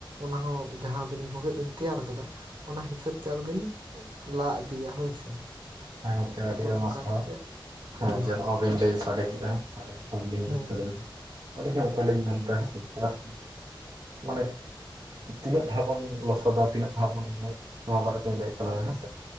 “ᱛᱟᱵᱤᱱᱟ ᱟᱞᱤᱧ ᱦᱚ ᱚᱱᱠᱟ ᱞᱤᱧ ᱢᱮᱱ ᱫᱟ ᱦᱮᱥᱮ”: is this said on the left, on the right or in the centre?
Right